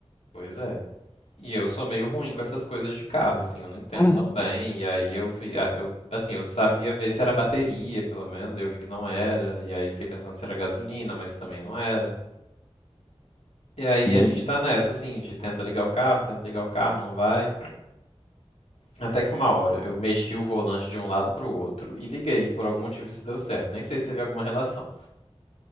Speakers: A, on the left; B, on the left.
A: Pois é. E eu sou meio ruim com essas coisas de carro, assim, eu não entendo
B: Uhum.
A: tão bem. E aí eu fui, a- eu- assim, eu sabia ver se era bateria, pelo menos, e eu vi que não era. E aí fiquei pensando se era gasolina, mas também não era. E aí
B: Meu
A: a gente
B: Deus.
A: tá nessa, assim, de tenta ligar o carro, tenta ligar o carro, não vai. Até que uma hora eu mexi o volante de um lado pro outro e liguei. Por algum motivo isso deu certo, nem sei se teve alguma relação.